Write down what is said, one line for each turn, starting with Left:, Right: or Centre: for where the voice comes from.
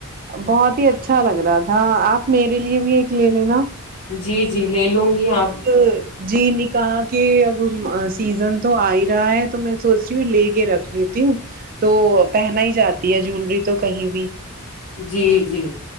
Right: بہت ہی اچھا لگ رہا تھا آپ میرے لیے بھی ایک لے لینا
Left: جی جی لے لوں گی آپ
Right: ہوں جی نکاح کہ اب سیزن تو آ ہی رہا ہے تو میں سوچتی ہوں لے کے رکھ لیتی ہوں تو پہنا ہی جاتی ہے جوولری تو کہیں بھی
Left: جی جی